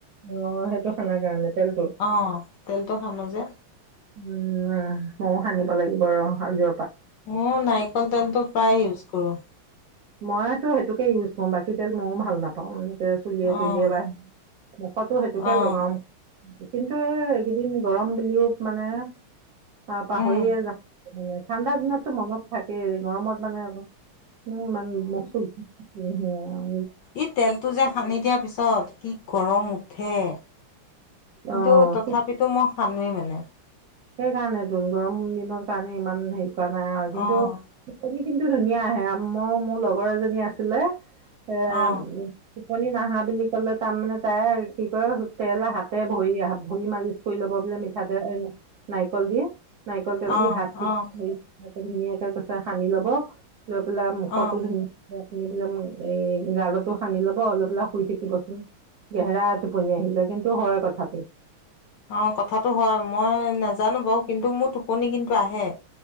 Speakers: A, on the right; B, on the left.
A: অহ সেইটো খানাৰ কাৰণে তেলটো
B: অ', তেলটো সানো যে।
A: উম, ময়ো সানিব লাগিব ৰ। আজি
B: অ নাৰিকল তেলটো প্ৰায় ইউজ কৰো
A: মইতো সেইটোকে ইউজ কৰোঁ, বাকী তেল মইও ভাল নাপাওঁ, মানে। চুলিয়ে
B: অ'।
A: তুলিয়ে বা মুখতো সেইটোকে
B: অ',
A: লগাও কিন্তু এইকেইদিন গৰম বুলিও মানে তা পাহৰিয়ে
B: উম,
A: যাও মানে ঠাণ্ডা দিনতো মনত থাকেই গৰমত মানে আকৌ কোনো ইমান মূখ চূখ <unintelligible>
B: এই তেলটো যে সানি দিয়াৰ পিছত কি গৰম উঠে কিন্তু
A: অ
B: তথাপিতো মই সানিমেই <unintelligible>
A: সেইকাৰণেতো গৰম দিনৰ কাৰণে ইমান সেই হোৱা নাই আ কিন্তু
B: অ',
A: <unintelligible> কিন্তু ধুনীয়া আহে। ম, মোৰ লগৰ এজনী আছিলে উ
B: অ',
A: উ <unintelligible> টোপনি নাহা বুলি কলে তাৰমানে তাই কি কয় তেল হাতে ভৰিএ হাত-ভৰি মালিচ কৰি লব বোলে মিঠাতেল নাইকলদো নাৰিকল তেল
B: অ',
A: দি হাত
B: অ'।
A: ধুনীয়াকে কৈছে সানি লব লৈ পেলাই মুখতো
B: অ',
A: ধুনীয়া। <unintelligible> এই গালতো সানি ল'ব, লৈ পেলাই শুই থাকিবচোন। গেহেৰা টোপনি আহি। <unintelligible> কিন্তু হয় কথাটো
B: অ কথাটো হয় মই না নাজানো বাৰু! কিন্তু মোৰ টোপনি কিন্তু আহে।